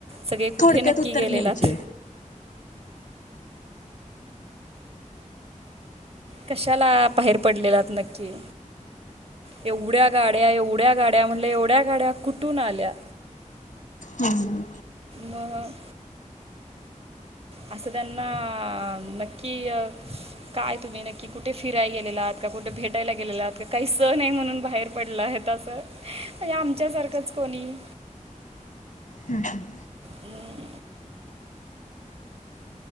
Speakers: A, on the right; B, on the left.
A: सगळे कुठे
B: थोडक्यात
A: नक्की
B: उत्तर
A: गेलेलात?
B: लिहायचे.
A: कशाला बाहेर पडलेलात नक्की? एवढ्या गाड्या, एवढ्या गाड्या, म्हणलं एवढ्या गाड्या कुठून आल्या?
B: हम् हम हम.
A: मग? असं त्यांना नक्की- काय तुम्ही नक्की कुठे फिरायला गेलेलात? का कुठे भेटायला गेलेलात? का काही सण आहे म्हणून बाहेर पडलाहेत आज? म्हणजे आमच्यासारखंच कोणी-
B: हम् हम.
A: हं.